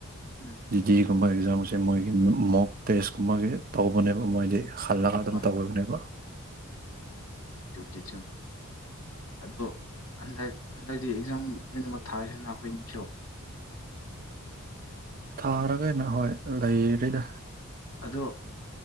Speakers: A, on the left; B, on the right.
A: ꯎꯝ
B: ꯖꯤ ꯗꯤꯒꯨꯝꯕ ꯑꯦꯛꯖꯥꯝꯁꯦ ꯃꯣꯏꯒꯤ ꯃꯣꯛ ꯇꯦꯁꯀꯨꯝꯕꯒꯤ ꯇꯧꯕꯅꯦꯕ ꯃꯣꯏꯗꯤ ꯈꯜꯂꯒ ꯑꯗꯨꯝ
A: ꯍꯣꯏ
B: ꯇꯧꯤꯕꯅꯦꯕꯣ
A: ꯨꯨꯞꯇꯤꯆꯨꯝ ꯑꯗꯣ ꯍꯟꯗꯛ ꯍꯟꯗꯛꯇꯤ ꯑꯦꯛꯖꯥꯝ ꯂꯣꯏꯅꯃꯛ ꯊꯥꯁꯤꯅ ꯑꯩꯈꯣꯏ ꯅꯤꯡꯕꯤꯔꯛꯑꯣ
B: ꯊꯥꯔꯒꯩꯅ ꯍꯣꯏ ꯂꯩꯔꯗ
A: ꯑꯗꯣ